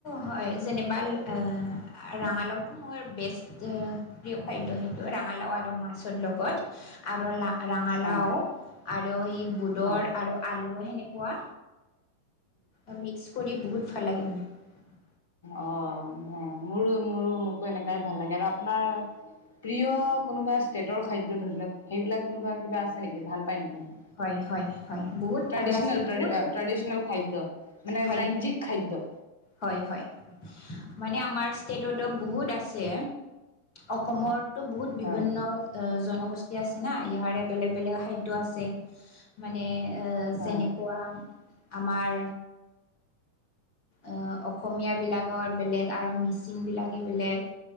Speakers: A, on the left; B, on the left.
A: হয় যেনিবাৰ, এ ৰাঙালাওটো, মই বেষ্ট প্ৰিয় খাদ্য সেইটো ৰাঙালাও আৰু মাছৰ লগত, আৰু লা ৰাঙালাও,
B: হয়
A: আৰু এই বুদৰ
B: হয়
A: আৰু আলু সেনেকুৱা। আহ মিক্স কৰি বহুত ভাল লাগে মোৰ।
B: অ', মোৰো-মোৰো মোকো এনেকাই ভাল লাগে আৰু আপোনাৰ প্ৰিয় কোনোবা ষ্টেটৰ খাদ্য ধৰি লওক, সেইবিলাক কোনোবা কিবা আছে নেকি ভাল পায় নেকি? অ',
A: হয় হয় হয় বহুত
B: ট্ৰেডিচনেল
A: ভাল লাগছে
B: ট্ৰেডি
A: বহুত
B: আ
A: বহুত
B: ট্ৰেডিচনেল খাদ্য, মানে
A: খাদ্য
B: ৰাজ্যিক খাদ্য?
A: হয়, হয়, মানে আমাৰ ষ্টেটতো বহুত আছে, অসমৰ টো বহুত বিভিন্ন
B: হয়।
A: অ, জন বস্তি আছে না, ইয়াৰে বেলেগ বেলেগ খাদ্য আছে, মানে এ
B: হয়
A: যেনেকুৱা, আমাৰ আহ অসমীয় বিলাকৰ বেলেগ, আৰো মিচিং বিলাকে বেলেগ